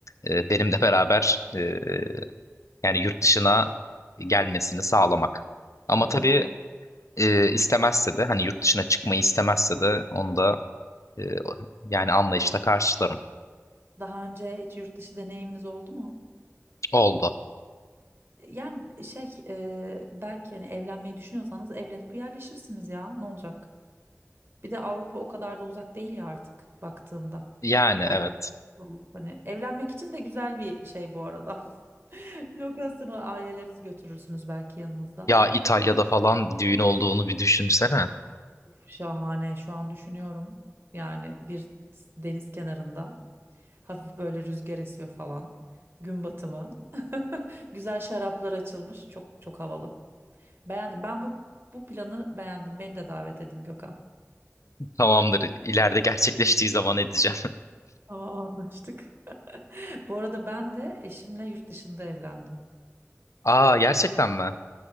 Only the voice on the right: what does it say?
O Ne
olur?
Daha önce hiç yurt dışı deneyiminiz oldu mu?
E, Yani e, şey e, belki hani evlenmeyi düşünüyorsanız evlenip yerleşirsiniz ya ne olacak? Bir de Avrupa o kadar da uzak değil ya artık baktığında.
Belki
olur. hani evlenmek için de güzel bir şey bu arada. <laughs> Lokasyonu ailelerinizi götürürsünüz belki yanınızda.
Şahane şu an düşünüyorum. Yani bir deniz kenarında. Hafif böyle rüzgar esiyor falan. Gün batımı. <laughs> Güzel şaraplar açılmış. Çok çok havalı. Beğendim. Ben bu bu planı beğendim. Beni de davet edin Gökhan.
Tamam anlaştık. <laughs> Bu arada ben de eşimle yurt dışında evlendim.